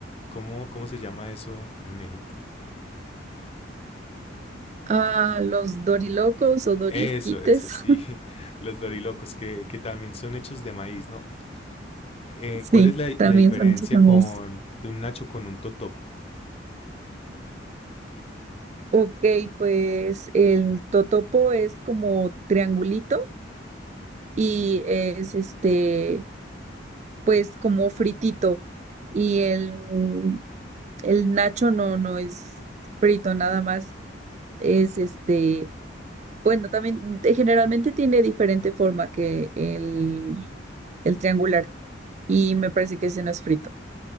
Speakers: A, on the left; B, on the right.
A: ¿Cómo, cómo se llama eso en México?
B: Ah, los dorilocos o doriesquites.
A: Eso, eso sí, <laughs> los dorilocos, que, que también son hechos de maíz, ¿no? Eh,
B: <laughs> Sí,
A: ¿cuál es la,
B: también
A: la diferencia
B: son hechos a
A: con,
B: mí.
A: de un nacho con un totopo?
B: Ok, pues el totopo es como triangulito y es este, pues como fritito. Y el, mm, el nacho no, no es frito, nada más es este, bueno, también eh, generalmente tiene diferente forma que el, el triangular y me parece que ese no es frito.